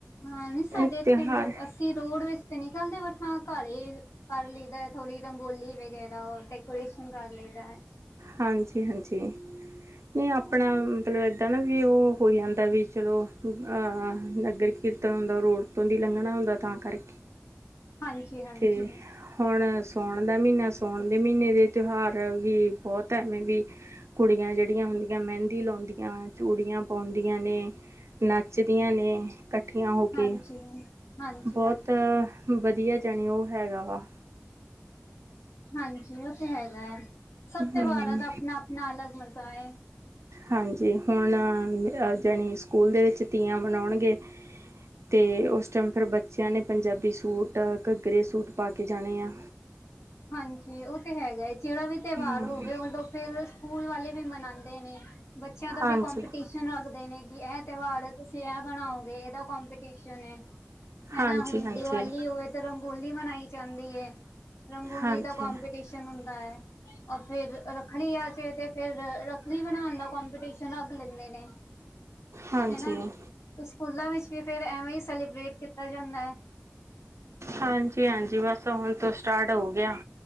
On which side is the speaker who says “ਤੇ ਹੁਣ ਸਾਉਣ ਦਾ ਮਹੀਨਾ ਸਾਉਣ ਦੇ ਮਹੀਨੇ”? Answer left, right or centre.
Right